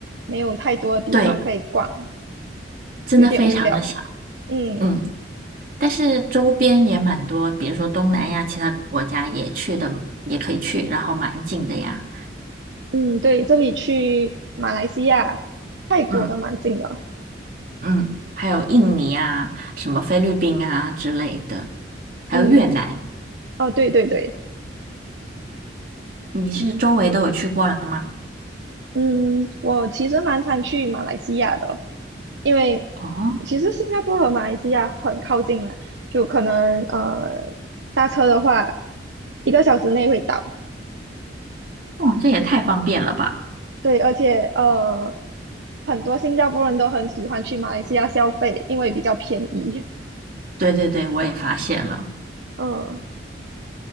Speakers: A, on the right; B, on the right.
A: 没有太多的地方可以逛，
B: 对，真的非常的小。
A: 有点无聊。嗯
B: 嗯。但是周边也蛮多，比如说东南亚其他国家也去的，也可以去，然后蛮近的呀。
A: 嗯，对，这里去马来西亚、泰国都蛮近的。
B: 嗯嗯，还有印尼啊，什么菲律宾啊之类的，还有越南。
A: 嗯，哦，对对对，
B: 你是周围都有去过了吗？
A: 嗯，我其实蛮常去马来西亚的，因为
B: 哦，
A: 其实新加坡和马来西亚很靠近嘛，就可能呃搭车的话，一个小时内会到。
B: 哦，这也太方便了吧！
A: 对，而且呃，很多新加坡人都很喜欢去马来西亚消费，因为比较便宜。
B: 对对对，我也发现了，
A: 嗯，